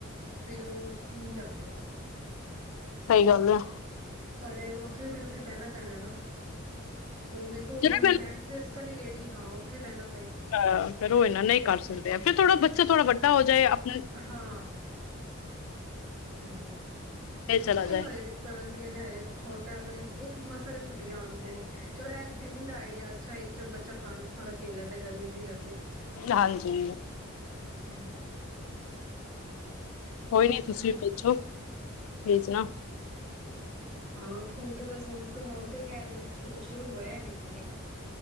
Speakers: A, on the right; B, on the left.
A: ਫਿਰ ਉਹ ਨਹੀਂ ਜਾਂਦੇ ਨਾ
B: ਸਹੀ ਗੱਲ ਆ
A: ਤੁਹਾਡੇ ਉੱਥੇ ਵੀ ਮੈਨੂੰ ਫਿਰ ਬਹਿਣਾ ਪੈਣਾ ਹੈ ਨਾ ਹੁਣ ਦੇਖੋ
B: ਚਲੋ
A: ਹੁਣ ਜੈੈਂਟਸ ਇਸ ਕਾਲ ਲੈਟ ਬਈ ਹਾਂ ਉੱਥੇ ਵੀ ਬੈਨਾ
B: ਅਹ ਫੇਿਰ ਉਹ ਇਨਾ ਨਹੀਂ ਕਰ ਸਕਦੇ, ਆ ਫੇਰ ਥੋੜਾ ਬੱਚ ਫੇਰ ਥੋੜਾ ਵੱਡਾ ਹੋ ਜਾਏ ਆਪ
A: ਹਾਂ, ਹਾਂ
B: ਫੇਰ ਚਲਾ
A: ਚਲੋ
B: ਜਾਏ
A: ਅਸੀਂ ਕਹਿਣੇ ਹਜੇ ਛੋਟਾ ਇਕ ਮਸਾ ਤੇ ਛੁੱਟੀ ਆਉਂਆਂ ਨੇ ਚਲੋ ਇਹ ਸਵਿਮਿੰਗ ਦਾ ਆਈਆ ਅੱਛਾ ਹੈ, ਕਿ ਚਲੋ ਬੱਚਾ ਪਾਣੀ ਥੋੜਾ ਕੇੇ ਲੈਂਦਾ ਗਰਮੀ ਵੀ ਨਹੀਂ ਲੱਗਦੀ
B: ਹਾਂਜੀ।
A: ਹਮ
B: ਕੋਈ ਨੀ ਤੁਸੀਂ
A: ਚਲ
B: ਭੇਜੋ ਭੇਜਣਾ
A: ਹਾਂ ਖੂਦ ਵਸੂੰਦ ਹੁਣ ਤੇ ਖੈਰਜ ਸ਼ੁਰੂ ਹੋਇਆ ਮਹੀਨਾ ਇੱਕ